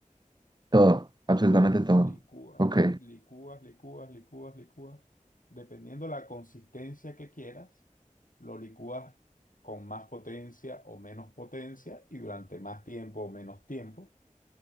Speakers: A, on the right; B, on the left.
A: Todo, absolutamente
B: todos,
A: todo.
B: licúas,
A: Ok,
B: licúas, licúas, licúas, licúas. Dependiendo la consistencia que quieras, lo licúas con más potencia o menos potencia y durante más tiempo o menos tiempo.